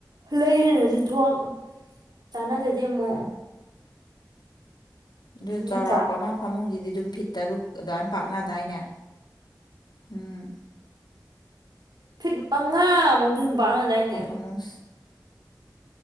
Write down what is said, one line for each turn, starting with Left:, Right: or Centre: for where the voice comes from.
Right: ꯂꯩꯌꯦꯅꯁꯨ ꯊꯣꯛ ꯆꯥꯟꯅꯗꯦ ꯗꯩꯩꯃꯨꯛ
Left: ꯑꯗꯨ ꯆꯥꯎꯔꯥꯛꯄ
Right: ꯅꯠꯇ꯭ꯔꯥ
Left: ꯑꯃ ꯐꯃꯨꯡꯖꯤꯗꯤ ꯑꯗꯨꯝ ꯐꯤꯠ ꯇꯔꯨꯛ ꯑꯗꯨꯃꯥꯏ ꯄꯥꯛꯅꯗꯥꯏꯅꯦ ꯎꯝ
Right: ꯐꯤꯠ ꯃꯉꯥ ꯃꯨꯛꯇꯤ ꯄꯛꯅꯥꯗꯥꯏꯅꯦ
Left: ꯐꯃꯨꯡ